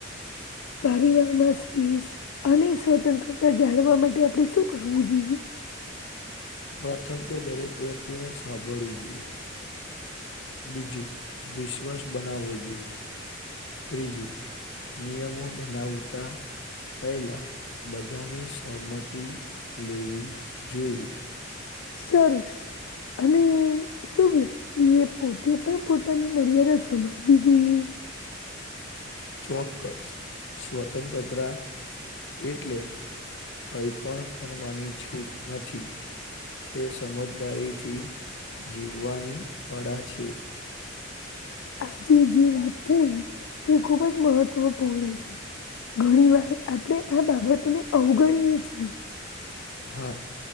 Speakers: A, on the left; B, on the left.
A: પરિવારમાં સ્પીસ અને સ્વતંત્રતા જાણવા માટે આપણે શું કરવું જોઈએ.
B: પ્રથમ તો દરેક વ્યક્તિને સાંભળવું જોઈએ. બીજું વિશ્વાસ બનાવવો જોઈએ. ત્રીજું નિયમો બનાવતા પહેલા બધાની સહમતી લેવી જોઈએ.
A: સરસ અને શું વ્યક્તિએ પોતે પણ પોતાની મર્યાદા સમજવી જોઈએ.
B: ચોક્કસ સ્વતંત્રતા એટલે કઈ પણ કરવાની છૂટ નથી. તે સમજદારીથી જીવવાની કળા છે.
A: આજે જે વાત થઈ તે ખુબ જ મહત્વપૂર્ણ છે. ઘણી વાર આપણે આ બાબતોને અવગણીએ છીએ.
B: હા